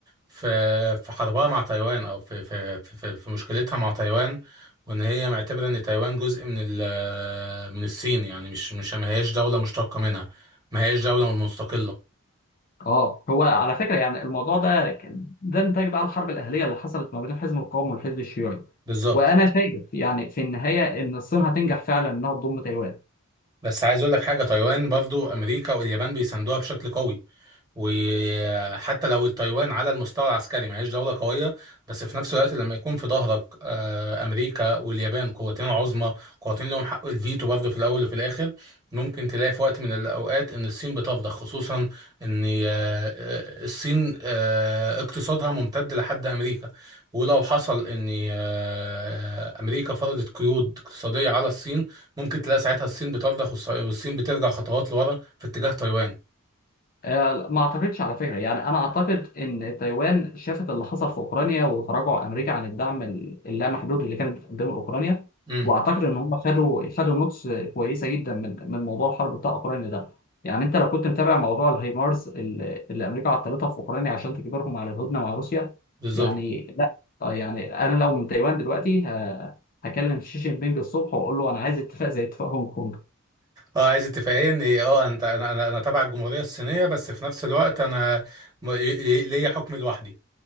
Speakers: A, on the right; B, on the left.
A: في في حربها مع تايوان او في في في, في, في مشكلتها مع تايوان وان هي معتبره ان تايوان جزء من ال من الصين يعني مش مش ما هياش دوله مشتقه منها ما هياش دوله مستقله
B: اه هو على فكره يعني الموضوع ده كان ده نتاج بقى الحرب الاهليه اللي حصلت ما بين الحزب القومي والحزب الشيوعي
A: بالظبط
B: وانا شايف يعني في النهايه ان الصين هتنجح فعلا انها تضم تايوان
A: بس عايز اقول لك حاجه تايوان برضو امريكا واليابان بيساندوها بشكل قوي وحتى لو التايوان على المستوى العسكري ما هيش دولة قوية بس في نفس الوقت لما يكون في ظهرك آه، أمريكا واليابان قوتين عظمى قوتين لهم حق الفيتو برضه في الأول وفي الآخر ممكن تلاقي في وقت من الأوقات إن الصين بتفضح خصوصا إن آه، آه، الصين آه، اقتصادها ممتد لحد أمريكا ولو حصل إن آه، أمريكا فرضت قيود اقتصادية على الصين ممكن تلاقي ساعتها الصين بتفضح والص- والصين بترجع خطوات لورا في اتجاه تايوان.
B: آه، ما اعتقدش على فكره يعني انا اعتقد ان تايوان شافت اللي حصل في اوكرانيا وتراجع امريكا عن الدعم ال- اللامحدود اللي كانت بتقدمه لاوكرانيا
A: امم
B: واعتقد ان هم خدوا خدوا نوتس كويسه جدا من من موضوع الحرب بتاع اوكرانيا ده يعني انت لو كنت متابع موضوع الهايمارز اللي, اللي امريكا عطلتها في اوكرانيا عشان تجبرهم على الهدنه مع روسيا
A: بالظبط
B: يعني لا آه، يعني انا لو من تايوان دلوقتي ه- هكلم شي جين بينج الصبح واقول له انا عايز اتفاق زي اتفاق هونج كونج
A: اه عايز اتفاقيه ان إيه، اه انت انا انا انا تبع الجمهوريه الصينيه بس في نفس الوقت انا م- لي- ليا حكم لوحدي